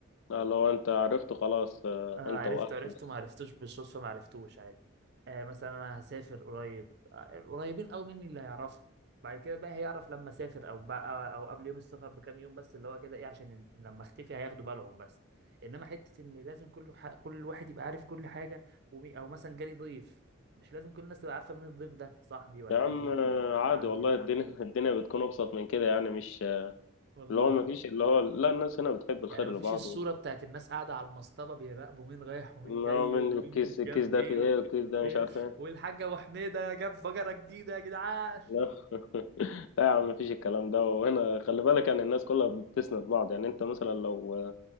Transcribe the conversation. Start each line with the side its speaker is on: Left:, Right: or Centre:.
Left: آه، لو انت عرفت خلاص آه،
Right: اه عرفته
Left: انت واهلك
Right: عرفته
Left: بس.
Right: ما عرفتوش بالصدفة ما عرفتوش عادي آه مثلا انا هسافر قريب آه، القريبين قوي مني اللي هيعرفوا بعد كده بقى هيعرف لما اسافر او بقى او أو قبل يوم السفر بكام يوم بس اللي هو كده ايه عشان لما اختفي هياخدوا بالهم بس انما حتة ان لازم كل ح... كل واحد يبقى عارف كل حاجة ومي... او مثلا جالي ضيف مش لازم كل الناس تبقى عارفة مين الضيف ده صاحبي ولا
Left: يا عم
Right: قريبي
Left: آه،
Right: ولا ابن
Left: عادي
Right: عمي
Left: والله الدنيا <laughs> الدنيا بتكون ابسط من كده يعني مش آه،
Right: والله
Left: اللي هو ما فيش اللي هو لا الناس هنا بتحب الخير
Right: يعني مفيش
Left: لبعض
Right: الصورة
Left: و...
Right: بتاعت الناس قاعدة على المصطبة بيراقبوا مين رايح ومين
Left: آه،
Right: جاي
Left: من
Right: ومين
Left: الكيس الكيس
Right: جاب
Left: ده
Right: ايه
Left: في ايه
Right: و...
Left: والكيس ده
Right: ايه
Left: مش عارف ايه
Right: والحاجة ابو حميدة جاب بقرة جديدة يا جدعان
Left: لا <laughs> لا يا عم مفيش الكلام ده وهنا خلي بالك يعني الناس كلها بتسند بعض يعني انت مثلا لو